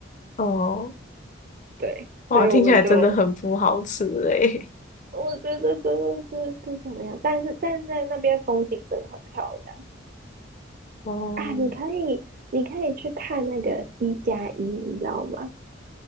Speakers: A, on the left; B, on the right.
A: 哦，
B: 对，所以我们就
A: 哇，听起来真的很不好吃诶。
B: 我觉得真的是不怎么样，但是但是在那边风景真的很漂亮
A: 哦，
B: 啊，你可以你可以去看那个一加一，你知道吗